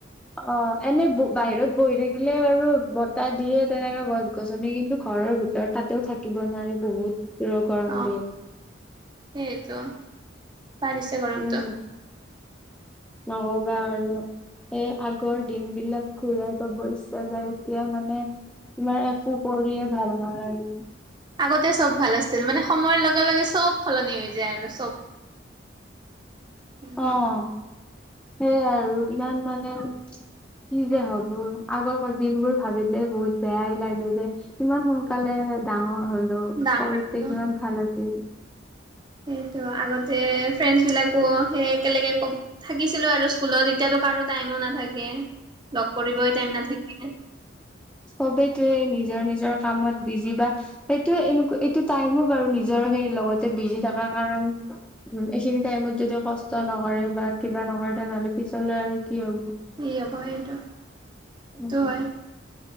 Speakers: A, in the centre; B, on the right.
A: অ এনে বাহিৰত বহি থাকিলে বাৰু বতাহ দিয়ে তেনেককাে গছ গছনি কিন্তু ঘৰৰ ভিতৰত তাতেও থাকিব নোৱাৰিব। বহুত ৰ গৰম
B: অ',
A: দিয়ে
B: সেইটো বাঢ়িছে গৰমটো।
A: উম নকবা আৰু এ আগৰ দিন বিলাক ঘূৰাই পাব ইচ্ছা যায় এতিয়া মানে। তোমাৰ একো কৰিয়ে ভাল নালাগে
B: আগতে চব ভাল আছিল মানে সময়ৰ লগে লগে চব সলনি হৈ যায় আৰু চব একদম।
A: অ সেইয়াই আৰু ইয়াত মানে কি যে হলো আগৰ দিন বোৰ ভাবিলে বহুত বেয়াই লাগে যে ইমান সোনকালে। ডাঙৰ হলো সৰুতে
B: ডাঙৰ
A: কিমান ভাল আছিল।
B: সেইটো আগতে ফ্ৰেণ্ডছ বিলাকো সেই একেলগে ক থাকিছে। ছিলো আৰু স্কুলত এতিয়াতো কাৰো টাইমো নাথাকে লগ কৰিবই টাইম নাথাকে।
A: সবেই তে নিজৰ নিজৰ কামত বিজি বা সেইটো এনেকা এইটো টাইমো বাৰু নি নিজৰ হেৰি লগতে মিলি থকা কাৰণে এইখিনিতে টাইমত কষ্ট কৰে বা কিবা নকৰে তেনেহলে পিছলে আৰু কি হ'ব
B: কি হব সেইটো সেইটো
A: উম
B: হয়।